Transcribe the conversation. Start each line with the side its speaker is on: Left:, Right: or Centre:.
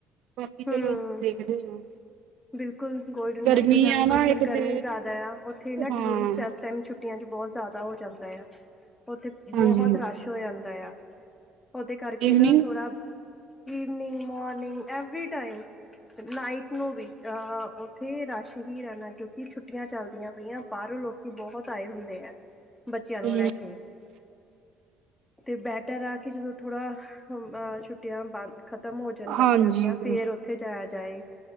Right: ਬਾਕੀ
Left: ਹੂੰ
Right: ਚਲੋ ਦੇਖਦੇ ਆ
Left: ਬਿਲਕੁਲ ਗੋਲਡਨ
Right: ਗਰਮੀ
Left: ਟੈਂਪਲ ਜਾਣਾ
Right: ਆ
Left: ਪਰ
Right: ਨਾ
Left: ਥੋੜੀ
Right: ਇੱਕ
Left: ਗਰਮੀ
Right: ਤੇ
Left: ਜ਼ਾਦਾ ਆ, ਓਥੇ ਨਾ
Right: ਹਾਂ
Left: ਟੂਰਿਸਟ ਐਸ ਟਾਈਮ ਛੁੱ ਛੁੱਟੀਆਂ ਚ ਬੋਤ ਜ਼ਾਦਾ ਹੋ ਜਾਂਦਾ ਆ, ਓਥੇ ਬੋਹਤ
Right: ਹਾਂਜੀ
Left: ਰਸ਼ ਹੋ ਜਾਂਦਾ ਆ। ਓਦੇ ਕਰਕੇ
Right: ਈਵਨਿੰਗ
Left: ਨਾ ਥੋੜਾ evening, morning, every time night ਨੂੰ ਵੀ ਅਹ ਓਥੇ ਰਸ਼ ਹੀ ਰੈਣਾ, ਕਿਓਕਿ ਛੁੱਟੀਆਂ ਚਲਦੀਆਂ ਪਈਆਂ, ਬਾਹਰੋਂ ਲੋਕੀ ਬੋਹਤ ਆਏ ਹੁੰਦੇ ਆ। ਬੱਚਆਂ
Right: ਤੇ
Left: ਨੂੰ ਲੈ ਕੇ। ਤੇ ਬੈਟਰ ਆ ਕਿ, ਜਦੋਂ ਥੋੜਾ ਅ ਛੁੱਟੀਆਂ ਬੰਦ ਖ਼ਤਮ ਹੋ ਜਾਣ ਬੱਚੇਆਂ
Right: ਹਾਂਜੀ,
Left: ਦੀਆਂ, ਫੇਰ ਉੱਥੇ ਜਾਏਆ ਜਾਏ।